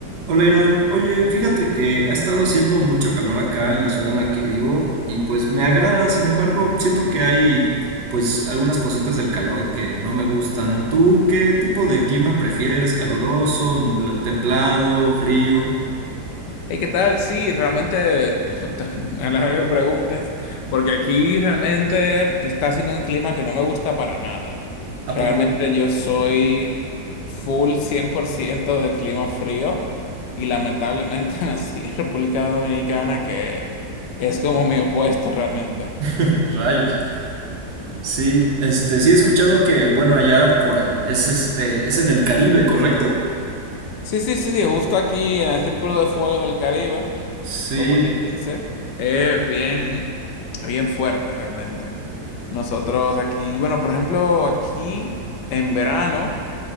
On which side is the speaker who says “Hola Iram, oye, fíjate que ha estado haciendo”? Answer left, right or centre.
Right